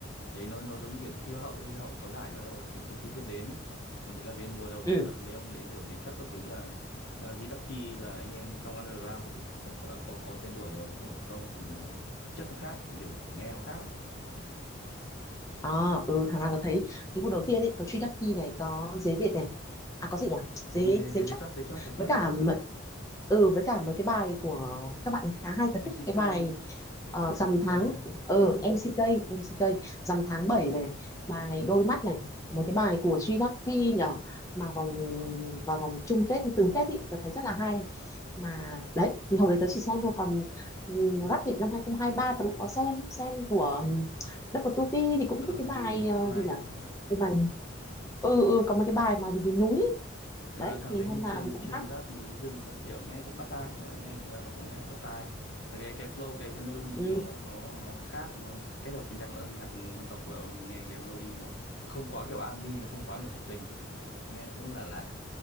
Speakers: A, on the left; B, on the left.
A: thấy nó nó giống như kiểu đi thi Hoa hậu ấy. Hoa hậu có giải bắt đầu là được công chúng biết đến ấy còn thực ra cái mùa đầu
B: ừ
A: tiên là mấy ông đấy kiểu giấy chót các thứ là à, G-Ducky là anh em trong underground cũng có, có có có tên tuổi rồi chứ không phải không thì nó chất nó khác kiểu kiểu nghe nó khác lắm.
B: à ừ thằng nào tớ thấy cái mùa đầu tiên ấy có Truy Đắc Kỳ này có Dế Việt này à có
A: ừ.
B: gì nhỉ Dế
A: giấy giấy
B: Dế
A: giấy giấy
B: Chấp
A: chót giấy chót giấy chót
B: với cả m- ừ với cả mấy cái bài của các bạn ấy khá hay tớ
A: MCK
B: thích cái bài
A: đợt
B: Ờ,
A: trước có MCK
B: rằm tháng
A: nữa
B: ờ MCK MCK rằm tháng 7 này
A: Ờ,
B: bài đôi mắt này mấy cái bài của Jidaki nhở mà vòng vào vòng chung kết hay tứ kết ý tớ thấy rất là hay mà đấy thì hồi đấy tớ chỉ xem thôi còn um, Rap Việt năm 2023 tớ cũng
A: bây
B: có xem
A: giờ
B: xem của ừm, Double tu Vi thì cũng
A: ở đâu
B: thích cái bài ờ,
A: cũng hay
B: gì nhở
A: cũng hay
B: cái bài ừ ừ có mấy cái bài mà về, về núi ý.
A: Rồi
B: đấy
A: thằng
B: thì
A: đấy
B: hôm
A: thì
B: nào
A: chuyên
B: thì cũng
A: chuyên
B: hát
A: rap núi rừng các kiểu nghe cũng bắt tai bọn anh nghe thực ra nó cũng nghe cũng bắt tai Thì cái cái flow cái cái melody
B: ừ
A: nó nó nó khác nó kết hợp với nhạc ờ, nhạc dân tộc vào thì nghe cái melody nó không quá kiểu R&B nó không quá kiểu sập sình ấy. nghe nó cũng là lạ lạ.